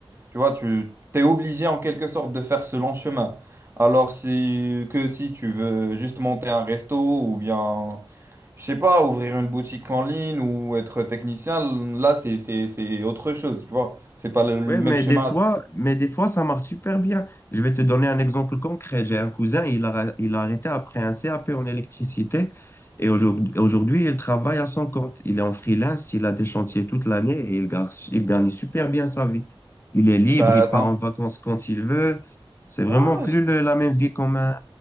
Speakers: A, on the right; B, on the left.
A: Tu vois, tu t'es obligé en quelque sorte de faire ce long chemin. Alors si, que si tu veux juste monter un resto ou bien, je sais pas, ouvrir une boutique en ligne ou être technicien, là, c'est, c'est, c'est autre chose, tu vois. C'est pas le le
B: Ouais,
A: même
B: mais
A: chemin
B: des fois, mais des fois, ça marche super bien. Je vais te donner un exemple concret. J'ai un cousin, il a, il a arrêté après un CAP en électricité et aujourd'hui, aujourd'hui, il travaille à son compte. Il est en freelance, il a des chantiers toute l'année et il, gar- il gagne super bien sa vie. Il est libre,
A: Bah,
B: il
A: ton...
B: part en vacances quand il veut. C'est vraiment
A: ouais,
B: plus
A: ouais,
B: le- la même vie comme un,